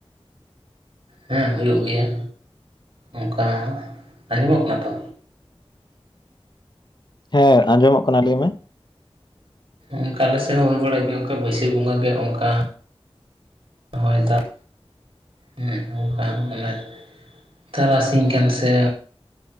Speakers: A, on the right; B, on the left.
A: ᱦᱮᱸ ᱦᱩᱭᱩᱜ ᱜᱮᱭᱟ, ᱚᱱᱠᱟ ᱟᱸᱡᱚᱢᱚᱜ ᱠᱟᱱᱟ ᱛᱚ?
B: ᱦᱮᱸ ᱟᱸᱡᱚᱢᱚᱜ ᱠᱟᱱᱟ᱾ ᱞᱟᱹᱭ ᱢᱮ?
A: ᱚᱱᱠᱟ ᱟᱞᱮ ᱥᱮᱫ ᱦᱚᱸ ᱦᱩᱭ ᱵᱟᱲᱟᱜ ᱜᱮᱭᱟ᱾ ᱚᱱᱠᱟ ᱵᱟᱹᱭᱥᱟᱹᱠ ᱵᱚᱸᱜᱟ ᱜᱮ ᱚᱱᱠᱟ ᱦᱚᱭ-ᱫᱟᱜ᱾ ᱦᱩᱸ ᱚᱱᱠᱟ ᱢᱮᱱᱮᱛ ᱛᱟᱨᱟᱥᱤᱧ ᱠᱟᱱ ᱥᱮ